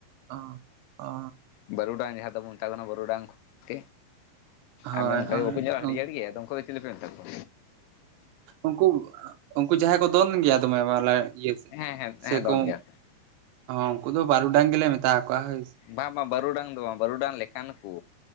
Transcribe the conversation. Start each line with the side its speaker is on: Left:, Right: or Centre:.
Right: ᱚ ᱚ
Left: ᱵᱟᱹᱨᱩᱰᱟᱝ ᱡᱟᱦᱟᱸ ᱫᱚᱵᱚᱱ ᱢᱮᱛᱟ ᱠᱚ ᱠᱟᱱᱟ ᱵᱟᱹᱨᱩᱰᱟᱝ <unintelligible>
Right: ᱦᱳᱭ
Left: ᱚᱱᱠᱟ
Right: ᱦᱳᱭ
Left: ᱜᱮ ᱵᱟᱠᱚ ᱧᱮᱞᱚᱜᱼᱟ
Right: ᱩᱱ-
Left: ᱦᱟᱹᱨᱭᱟᱹᱲ ᱜᱮ ᱟᱫᱚ <unintelligible> ᱪᱤᱞᱤ ᱯᱮ ᱢᱮᱛᱟ ᱠᱚᱣᱟ?
Right: ᱩᱱᱠᱩ ᱩᱱᱠᱩ ᱡᱟᱦᱟᱸᱭ ᱠᱚ ᱫᱚᱱ ᱜᱮᱭᱟ ᱫᱚᱢᱮ ᱢᱟᱞᱮ᱾ <unintelligible>
Left: ᱦᱮᱸ ᱦᱮᱸ
Right: ᱥᱮ
Left: ᱦᱮᱸ ᱫᱚᱱ
Right: ᱠᱚ
Left: ᱜᱮᱭᱟ
Right: ᱩᱱᱠᱩ ᱫᱚ ᱵᱟᱹᱨᱩᱰᱟᱝ ᱜᱮᱞᱮ ᱢᱮᱛᱟ ᱠᱚᱣᱟ᱾ ᱥᱮ
Left: ᱵᱟᱝ ᱵᱟᱝ ᱵᱟᱹᱨᱩᱰᱟᱝ ᱫᱚ ᱵᱟᱝ ᱵᱟᱹᱨᱩᱰᱟᱝ ᱞᱮᱠᱟᱱ ᱠᱚ᱾